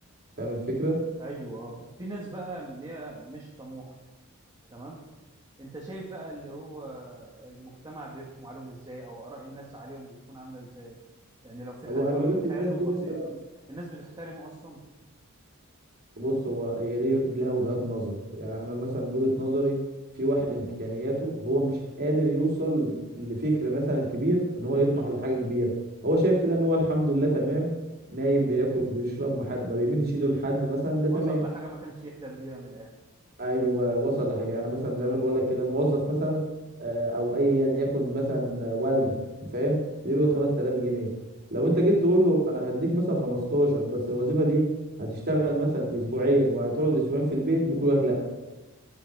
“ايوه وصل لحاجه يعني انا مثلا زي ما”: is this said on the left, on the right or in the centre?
Right